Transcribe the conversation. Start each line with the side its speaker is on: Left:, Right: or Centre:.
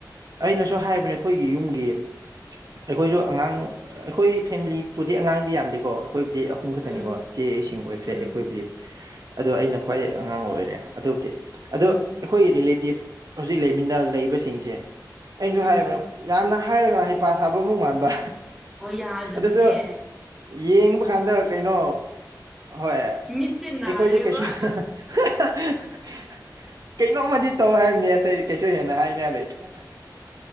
Right: ꯑꯩꯅꯁꯨ ꯍꯥꯏꯕꯅꯦ ꯑꯩꯈꯣꯏꯒꯤ ꯌꯨꯝꯒꯤ꯫ ꯑꯩꯈꯣꯏꯖꯨ ꯑꯉꯥꯡ ꯑꯩꯈꯣꯏ ꯐꯦꯝꯃꯤꯂꯤ ꯕꯨꯗꯤ ꯑꯉꯥꯡꯗꯤ ꯌꯥꯝꯗꯦꯀꯣ ꯑꯩꯈꯣꯏꯕꯨꯗꯤ ꯑꯄꯨꯝ ꯈꯛꯇꯅꯤꯀꯣ
Centre: ꯎꯝ
Right: ꯏꯆꯦꯁꯤꯡ ꯑꯣꯏꯈ꯭ꯔꯦ
Centre: ꯎꯝ
Right: ꯑꯩꯈꯣꯏꯕꯨꯗꯤ ꯑꯗꯣ ꯑꯩꯅ ꯈ꯭ꯋꯥꯏꯗꯒꯤ ꯑꯉꯥꯡ ꯑꯣꯏꯔꯦ ꯑꯗꯨꯕꯨꯗꯤ ꯑꯗꯣ
Centre: ꯎꯝ
Right: ꯑꯩꯈꯣꯏꯒꯤ ꯔꯤꯂꯦꯇꯤꯞ ꯍꯧꯖꯤꯛ ꯂꯩꯃꯤꯟꯅ ꯂꯩꯕꯁꯤꯡꯁꯦ ꯑꯩꯅꯁꯨ
Centre: ꯎꯝ
Right: ꯍꯥꯏꯕꯅꯦ ꯌꯥꯝꯅ ꯍꯥꯏꯔꯒꯅ ꯍꯩꯄꯥ ꯁꯥꯕ ꯃꯨꯛ ꯃꯥꯟꯕ꯫
Centre: ꯑꯣ ꯌꯥꯗꯕꯅꯦ꯫
Right: ꯑꯗꯨꯁꯨ ꯌꯦꯡꯕ ꯀꯥꯟꯗ ꯀꯩꯅꯣ ꯍꯣꯏ꯫ ꯑꯩꯈꯣꯏꯁꯨꯨ
Centre: ꯃꯤꯠꯁꯦ ꯅꯥꯔꯦꯕ
Right: ꯀꯩꯁꯨ꯫ <unintelligible> ꯀꯩꯅꯣꯝꯃꯗꯤ ꯇꯧ ꯍꯥꯏꯕꯅꯤ ꯑꯇꯩ ꯀꯩꯁꯨ ꯍꯦꯟꯅ ꯍꯥꯏꯅꯤꯡꯉꯥꯏ ꯂꯩꯇꯦ꯫